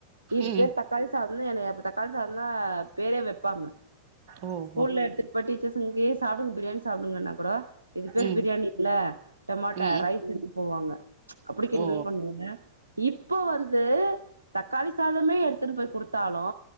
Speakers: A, on the right (about 80°); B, on the right (about 45°).
A: இது
B: ம்
A: பேர் தக் காளி சாதோன் தா என்னைய அப்ப தக்காளி சாதந்தா பேரே வெப்பாங்க
B: ஓ
A: ஸ்கூல்ல
B: ஓ
A: எடுத்துட் போய் டீச்சர்ஸுங்க்கு சாப்டுங் பிரியாணி சாப்டுங்கன்னா கூட இது பேர்
B: ம்
A: பிரியாணி இல்ல டோமாட்டா
B: ம்
A: ரைஸுன்ட்டு போவாங்க அப்பிடி கிண்டல்
B: ஓ
A: பண்ணுவாங்க இப்போ வந்து தக்காளி சாதமே எடுத்துட்டு போய் குடுத்தாலு